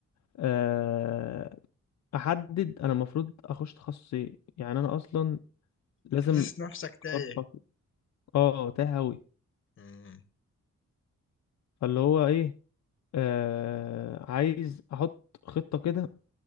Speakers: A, on the left (about 65°); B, on the left (about 45°).
A: أه أحدد أنا المفروض أخش تخصص إيه يعني أنا أصلا لازم
B: حاسس نفسك
A: أختار
B: تايه
A: تخصص أه تاه أوي
B: مم.
A: فاللي هو إيه أه عايز أحط خطة كده